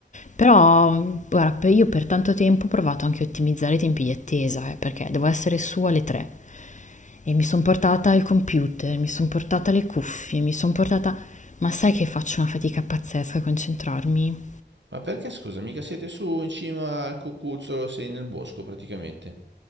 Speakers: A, on the left (about 45°); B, on the right (about 85°).
A: Però, mh, guarda, per- io per tanto tempo ho provato anche a ottimizzare i tempi di attesa, eh, perché devo essere su alle 3 e mi sono portata il computer, mi sono portata le cuffie, mi sono portata... Ma sai che faccio una fatica pazzesca a concentrarmi?
B: Ma perché, scusa, mica siete su in cima al cucuzzolo, sei nel bosco praticamente.